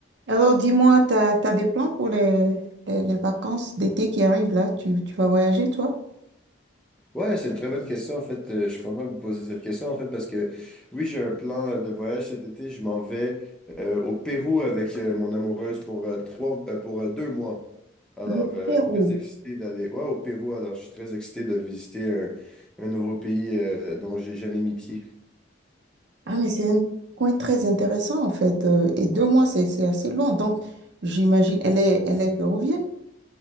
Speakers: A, on the right; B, in the centre.
A: Alors, dis-moi, t'as, t'as des plans pour les, les, les vacances d'été qui arrivent là? Tu, tu vas voyager, toi?
B: Ouais, c'est une très bonne question. En fait, Euh, je suis content que vous posiez cette question. En fait, parce que oui, j'ai un plan euh, de voyage cet été. Je m'en vais euh, au Pérou avec euh, mon amoureuse pour euh, trois, euh, pour euh, deux mois. Alors,
A: Le
B: euh,
A: Pérou.
B: très excité d'aller ouais, au Pérou. Alors, je suis très excité de visiter un, un nouveau pays euh, dont j'ai jamais mis pied.
A: Ah, mais c'est un coin très intéressant, en fait. euh, et deux mois, c'est, c'est assez long. Donc, j'imagine, elle est, elle est péruvienne?